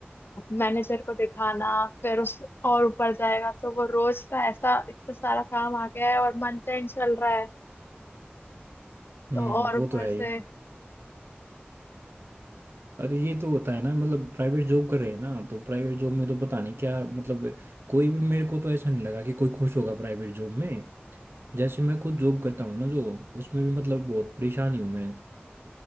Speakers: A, on the left; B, on the right.
A: मैनेजर को दिखाना फिर उस और ऊपर जाएगा तो वो रोज का ऐसा इतना सारा काम आ गया है और मंथ एंड चल रहा है
B: हम्म
A: तो और
B: वो
A: ऊपर
B: तो है
A: से
B: ही अरे ये तो होता है ना मतलब प्राइवेट जॉब कर रहे हैं ना तो प्राइवेट जॉब में तो पता नहीं क्या मतलब कोई भी मेरे को तो ऐसा नहीं लगा कि कोई खुश होगा प्राइवेट जॉब में जैसे मैं खुद जॉब करता हूँ ना जो उसमें भी मतलब बहुत परेशानी हूँ मैं